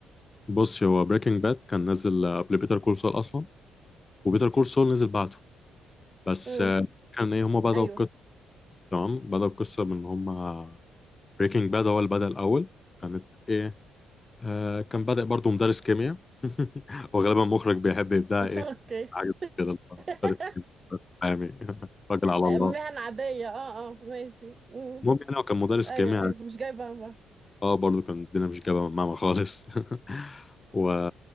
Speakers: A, on the left (about 25°); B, on the right (about 35°).
A: بص هو بريكنج باد كان نازل آه، قبل بيتر كول سول اصلا وبيتر كول سول نزل بعده بس
B: امم
A: آه، كان ايه هما بدأوا
B: ايوه
A: القصة تمام بدأوا القصة من هما بريكنج باد هو اللي بدأ الأول كانت ايه آه كان بادئ برضه مدرس كيمياء <laughs> وغالبا مخرج بيحب يبدأ
B: <laughs>
A: ايه
B: اوكي
A: حاجة كده
B: <laughs>
A: مدرس كيمياء يعني <laughs> راجل على
B: مهن
A: الله
B: عادية اه اه ماشي مم.
A: المهم يعني هو كان مدرس
B: ايوه
A: كيمياء
B: ايوه مش جايبة همها
A: اه برضو كان الدنيا مش جايبه معانا خالص <laughs> و